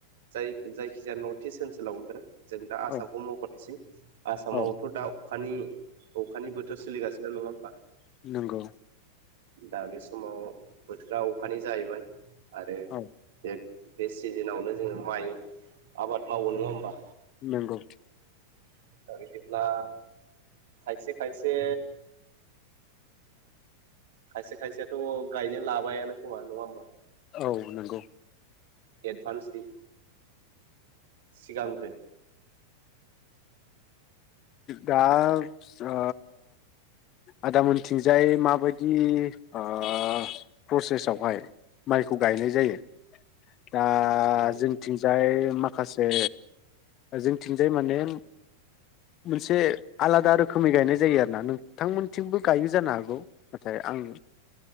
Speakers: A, on the right; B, on the left.
A: जाय जायखिजाया नर्थ इस्ट ओनसोलावनो जों दा आसामखौ
B: औ
A: मख'नो जि आसामावथ'
B: औ
A: दा खानि अखानि बोथोर सोलिगासिनो नङा होमबा
B: नंगौ
A: दा बे समाव बोथोरा अखानि जायैबाय आरो
B: औ
A: बेब बे सिजेनावनो जोङो माइ आबाद मावो नङा होमबा
B: नंगौ
A: <unintelligible> खायसे खायसे खायसे खायसेथ' गायनो लाबायानो खोमा नङा होम बा
B: औ नंगौ
A: एडभान्स नि सिगांग्रो
B: दा ओ आदामोनथिंजाय माबायदि ओ प्रसेसआवहाय माइखौ गायनाय जायो दा
A: औ ओरैनो
B: जोंथिंजाय माखासे जोंथिंजाय माने मोनसे आलादा रोखोमै गायनाय जायो आरो ना नोंथांमोनथिंबो गायो जानो हागौ नाथाय आं ओ